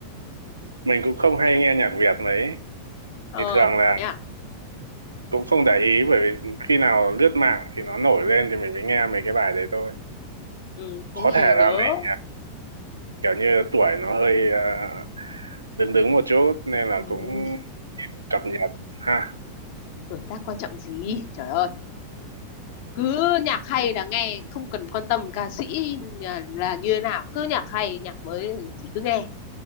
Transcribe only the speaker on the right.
mình cũng không hay nghe nhạc Việt mấy
thì thường là
cũng không để ý bởi vì khi nào lướt mạng thì nó nổi lên thì mình mới nghe mấy cái bài đấy thôi
có
thể là
mình kiểu như tuổi nó hơi à, đứng đứng một chút nên là
cũng cập nhật ha